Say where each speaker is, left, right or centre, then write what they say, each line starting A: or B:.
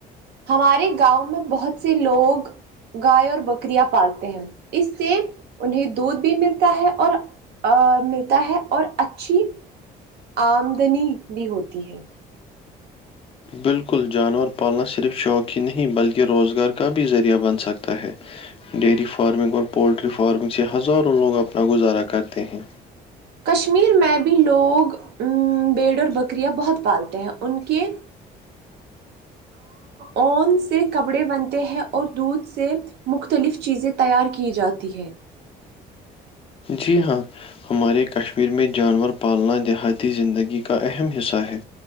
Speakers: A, on the right (about 75°); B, on the left (about 35°).
A: ہمارے گاؤں میں بہت سے لوگ گائے اور بکریاں پالتے ہیں اس سے انہیں دودھ بھی ملتا ہے اور <unintelligible> ا ملتا ہے اور اچھی آمدنی بھی ہوتی ہے
B: بالکل جانور پالنا صرف شوق ہی نہیں بلکہ روزگار کا بھی ذریعہ بن سکتا ہے ڈیری فارمنگ اور پولٹری فارمنگ سے ہزاروں لوگ اپنا گزارا کرتے ہیں
A: کشمیر میں بھی لوگ بیڑ اور بکریاں بہت پالتے ہیں ان کے اون سے کپڑے بنتے ہیں اور دودھ سے مختلف چیزیں تیار کی جاتی ہے
B: جی ہاں ہمارے کشمیر میں جانور پالنا دیہاتی زندگی کا اہم حصہ ہے